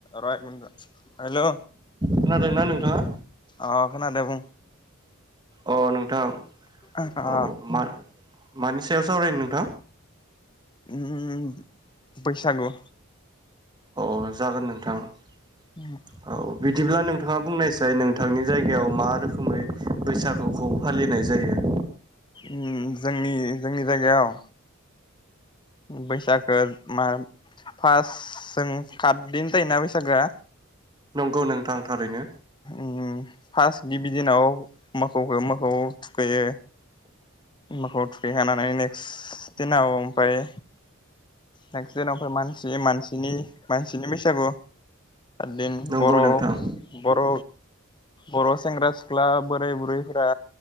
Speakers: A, on the left; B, on the right.
A: र एक मिनित र हेलौ।
B: खोनादोंना नोंथाङा
A: अह खोनादो बुं।
B: अ नोंथां
A: अ
B: औ मा मानि सायाव सावरायनो नोंथां?
A: उम बैसागु।
B: औ जागोन नोंथां। औ।
A: उम
B: बिदिब्ला नोंथाङा बुंनायसाय नोंथांनि जायगायाव मा रोखोमै। बैसागौखौ फालि होनाय जायो।
A: ओम जोंनि जोंनि जायगायाव। बैसागखो मा फास जों खातदिन जायोना बैसागोआ।
B: नंगौ नोंथां। थारैनो
A: उम फास। गिबि दिनाव मोखौखो मोखौ थुखैयो। मोखौ थुखैखानानै नेक्स दिनाव ओमफाय नेक्स दिनाफाय मानसि मानसिनि मानसिनि बैसागु। दिन
B: नंगौ
A: बर'
B: नोंथां
A: बर' बर' सेंग्रा सिख्ला बोराय बुरैफोरा